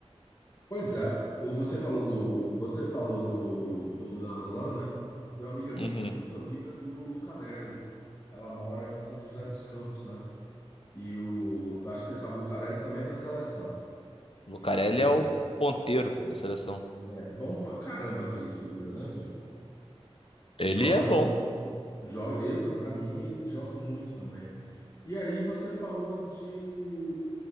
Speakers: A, on the left; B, on the left.
A: Pois é, você falou do, você falou do, do Darlan, né? Tem uma amiga minha
B: Uhum.
A: que é muito amiga do Lucarelli. Ela mora em São José dos Campos, né? E o, acho que você sabe, o Lucarelli também é da seleção.
B: Lucarelli
A: E assim,
B: é o ponteiro da seleção.
A: é bom pra caramba aquele figura, né, cara?
B: Ele
A: Joga,
B: é bom.
A: mu- joga, eu- pra mim ele joga muito também. E aí você falou de